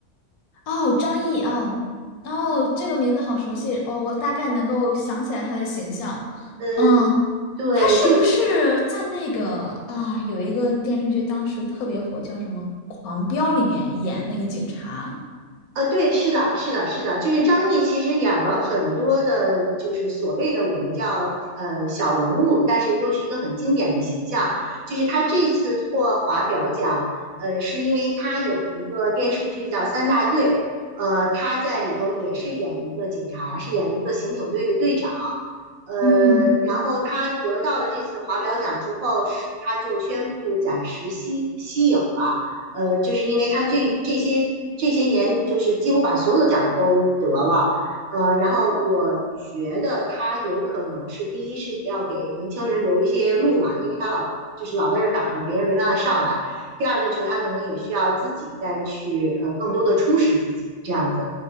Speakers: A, on the left; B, on the right.
A: 哦，张译哦哦，这个名字好熟悉哦，我大概能够想起来他的形象。
B: 呃，
A: 嗯，
B: 对，
A: 他是不是在那个啊有一个电视剧当时特别火，
B: 就
A: 叫什么《狂飙》里面演那个警察？
B: 呃，对，是的，是的，是的，就是张译其实演了很多的，就是所谓的我们叫呃小人物，但是又是一个很经典的形象。就是他这次获华表奖，呃，是因为他有一个电视剧叫《三大队》，呃，他在里头也是演一个警察，是演一个刑警队的队长。呃，
A: 嗯，
B: 然后他得到了这次华表奖之后，是他就宣布暂时息息影了。呃，就是因为他这这些这些年就是几乎把所有的奖都得了，呃，然后我觉得他有可能是第一是要给年轻人留一些路嘛，因为他老就是老在这挡着，别人没办法上来。第二个就是他可能也需要自己再去呃更多的充实自己这样子。